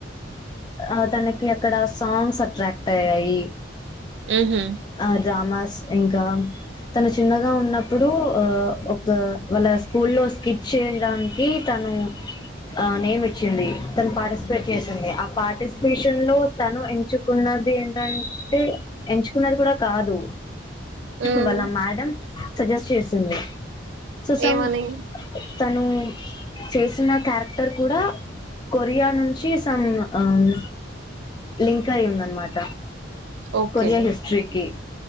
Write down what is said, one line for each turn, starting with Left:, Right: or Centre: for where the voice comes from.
Left: ఆ తనకి అక్కడ సాంగ్స్ అట్రాక్ట్ అయ్యాయి
Right: ఉహు
Left: ఆ డ్రామాస్ ఇంకా తను చిన్నగా ఉన్నప్పుడు ఆ ఒక వాళ్ళ స్కూల్ లో స్కిట్ చేయడానికి కి తను ఆ నేమ్ ఇచ్చింది తను పార్టిసిపేట్ చేసింది అ పార్టిసిపేషన్ లో తను ఎంచుకున్నది ఏంటంటే ఎంచుకున్నది కూడా కాదు
Right: ఉమ్
Left: వాళ్ళ మేడం సజెస్ట్ చేసింది సో సమ్
Right: ఏమని
Left: తను చేసిన క్యారెక్టర్ కూడా కొరియా నుంచి సమ్ ఆ మ్ లింక్ అయి ఉందనమాట
Right: ఓకే
Left: కొరియా హిస్టరీకి